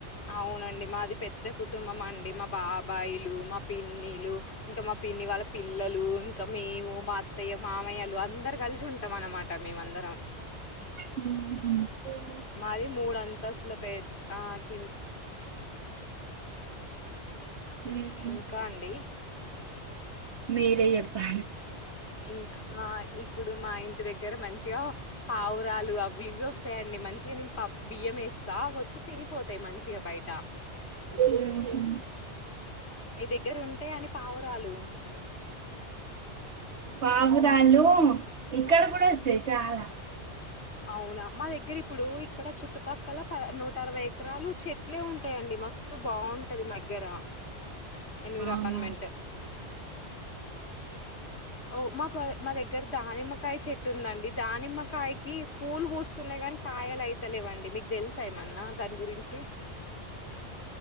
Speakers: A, on the left; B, on the right.
A: అవునండి మాది పెద్ద కుటుంబం అండి మా బాబాయిలు మా పిన్నిలు ఇంకా మా పిన్ని వాళ్ళ పి పిల్లలు ఇంకా మేము మా అత్తయ్య మామయ్యలు అందరు కలిసి ఉంటాం అన్నమాట మేమ అందరం
B: ఉ
A: మాది మూడు అంత తస్ల ప ఆ కి
B: ఉమ్.
A: ఇంకా అండి
B: మీరే చెప్పాలి
A: ఇంకా ఇప్పుడు మా ఇంటి దగ్గర మంచిగా పావురాలు వస్తాయండి మంచిగా నేను బియ్యం వేస్తా వచ్చి తినిపోతాయి మంచిగా బయట
B: ఉహు.
A: మీ దగ్గర ఉంటే అని పావురాలు
B: పావురాలు ఇక్కడ కూడా వస్తాయి చాలా
A: అవునా మా దగ్గర ఇప్పుడు ఇక్కడ చుట్టుపక్కల ప నూట అరవై ఎకరాలు చెట్లే ఉంటాయండి మస్తు బాగుంటది మాదగ్గర ఎన్విరాన్మెంట్
B: అవునా
A: ఓ మాకు మా దగ్గర దానిమ్మకాయ చెట్టు ఉందండి దానిమ్మకాయకి పూలు పూస్తున్నాయి కానీ కాయలు అయి లేవండి మీకు తెలుసా ఏమన్నా దాని గురించి